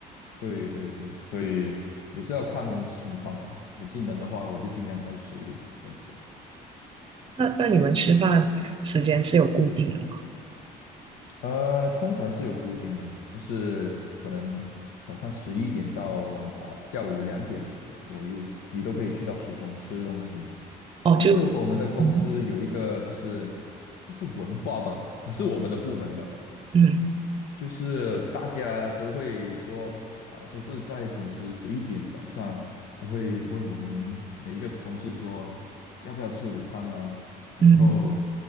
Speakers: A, on the left (about 75°); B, on the right (about 30°).
A: 对对对，所以也是要看情况啊。我智能的话，我就尽量带食物这样子。
B: 那那你们吃饭时间是有固定的吗？
A: 呃，通常是有固定的，就是可能早上十一点到晚啊、下午两点左右，你都可以去到食堂吃东西。
B: 哦，
A: 但是我们的公司有一个就是这是文化吧，
B: 就嗯
A: 只是我们的部门吧。
B: 嗯
A: 就是大家都会说啊，都是在准时十一点早上都会问我们每一个同事说要不要吃午餐啊，然后
B: 嗯